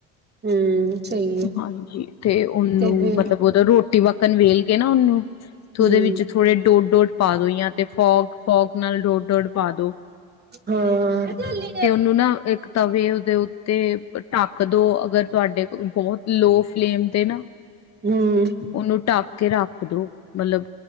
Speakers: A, on the right; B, on the left.
A: ਹਮ ਸਹੀ ਹੈ
B: ਹਾਂਜੀ, ਤੇ ਉਹਨੂੰ
A: ਤੇ ਫਿਰ
B: ਮਤਲਬ ਉਹਦਾ ਰੋਟੀ ਵਕਣ ਵੇਲ ਫੇਰ ਨਾ ਉਹਨੂੰ ਤੇ
A: ਹਮ
B: ਉਹਦੇ ਵਿੱਚ ਥੋੜੇ ਡੋਟ -ਡੋਟ ਪਾ ਦੋ ਜਾਂ ਤੇ, ਫੋਕ- ਫੋਕ ਨਾਲ ਡੋਟ -ਡੋਟ ਪਾ ਦੋ
A: ਹਾਂ ਹਮ
B: ਤੇ ਉਹਨੂੰ ਨਾ ਇੱਕ ਤਵੇ ਉਹਦੇ ਉਹ ਤੇ ਢੱਕ ਦੋ, ਅਗਰ ਤੁਹਾਡੇ ਕੋ ਬਹੁਤ ਲੋਅ ਫਲੇਮ ਤੇ ਨਾ,
A: ਹਮ
B: ਉਹਨੂੰ ਢੱਕ ਕੇ ਰੱਖ ਦੋ। ਮਤਲਬ